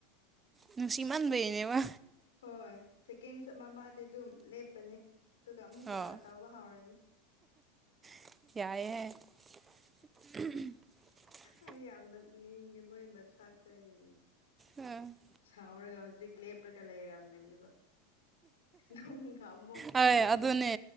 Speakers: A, on the right; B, on the left.
A: ꯅꯨꯡꯁꯤ ꯃꯥꯟꯕꯩꯅꯦꯕ
B: ꯍꯣꯏ ꯁꯦꯀꯦꯟ ꯃꯃꯥꯗꯤ ꯑꯗꯨꯝ ꯂꯦꯞꯄꯅꯤ ꯑꯗꯨꯒ ꯑꯃꯨꯛꯀ
A: ꯑꯣ
B: ꯇꯥꯎꯕ ꯍꯥꯎꯔꯅꯤ
A: ꯌꯥꯑ
B: ꯑꯩ ꯌꯥꯝ ꯅꯣꯛꯅꯤꯡꯉꯦ ꯃꯣꯏ ꯃꯆꯥꯛꯇꯣ ꯑꯩ
A: ꯑꯝ
B: ꯁꯥꯎꯔꯒ ꯍꯧꯖꯤꯛ ꯂꯦꯞꯂꯒ ꯂꯩꯔꯝꯒꯅꯦꯕ ꯂꯣꯡ ꯀ ꯃꯛ ꯆꯕꯗꯨꯇ
A: ꯍꯣꯏ ꯑꯗꯨꯅꯦ